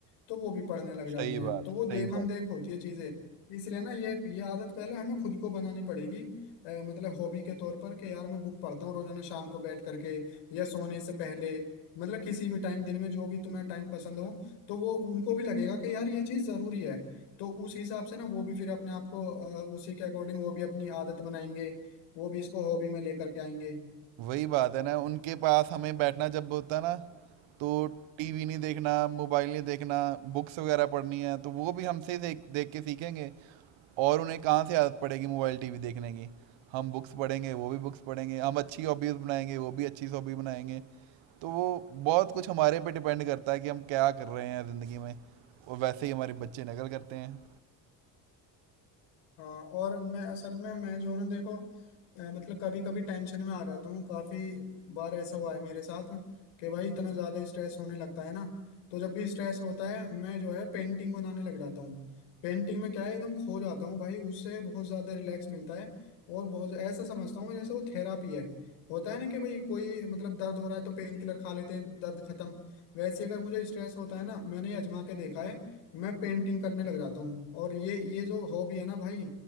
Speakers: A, on the left (about 80°); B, on the right (about 70°).
A: तो वो भी पढ़ने लग जाते
B: सही
A: हैं
B: बात
A: तो वो देख
B: सही
A: हम
B: बात
A: देख होती है चीजें इसलिए ना ये ये आदत पहले हमें खुद को बनानी पड़ेगी अ, मतलब हॉबी के तौर पर कि यार मैं बुक पढ़ता हूँ रोजाना शाम को बैठ करके या सोने से पहले मतलब किसी भी टाइम दिन में जो भी तुम्हें टाइम पसंद हो तो वो उनको भी लगेगा कि यार ये चीज जरूरी है तो उस हिसाब से ना वो भी फिर अपने आप को अ, उसी के अकॉर्डिंग वो भी अपनी आदत बनाएंगे वो भी इसको हॉबी में लेकर के आएंगे
B: वही बात है ना उनके पास हमें बैठना जब होता ना तो टीवी नहीं देखना मोबाइल नहीं देखना बुक्स वगैरह पढ़नी है तो वो भी हमसे ही देख देख के सीखेंगे और उन्हें कहाँ से आदत पड़ेगी मोबाइल टीवी देखने की हम बुक्स पढ़ेंगे वो भी बुक्स पढ़ेंगे हम अच्छी हॉबीज़ बनाएंगे वो भी अच्छी हॉबी बनाएंगे तो वो बहुत कुछ हमारे पे डिपेंड करता है कि हम क्या कर रहे हैं ज़िंदगी में और वैसे ही हमारे बच्चे नकल करते हैं
A: हाँ और मैं असल में मैं जो है ना देखो अ, मतलब कभी कभी टेंशन में आ जाता हूँ काफी बार ऐसा हुआ है मेरे साथ कि भाई इतना ज्यादा स्ट्रेस होने लगता है ना तो जब भी स्ट्रेस होता है मैं जो है पेंटिंग बनाने लग जाता हूँ पेंटिंग में क्या है एकदम खो जाता हूँ भाई उससे बहुत ज्यादा रिलैक्स मिलता है और बहुत ऐसा समझता हूँ मैं जैसे वो थेरापी है होता है ना कि भाई कोई मतलब दर्द हो रहा है तो पेन किलर खा लेते हैं दर्द खत्म वैसे ही अगर मुझे स्ट्रेस होता है ना मैंने ये आजमा के देखा है मैं पेंटिंग करने लग जाता हूँ और ये ये जो हॉबी है ना भाई